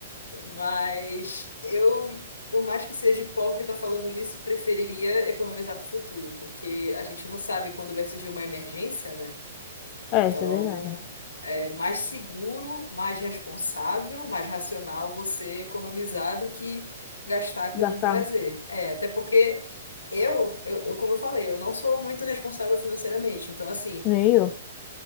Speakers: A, on the left; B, on the left.
A: Mas eu, por mais que seja hipócrita falando isso, preferiria economizar para o futuro, porque a gente não sabe quando vai surgir uma emergência, né? Então,
B: É, isso é verdade.
A: é mais seguro, mais responsável, mais racional você economizar do que gastar com
B: Gastar,
A: um prazer. É, até porque eu, eu, eu, como eu falei, eu não sou muito responsável financeiramente. Então, assim,
B: nem eu.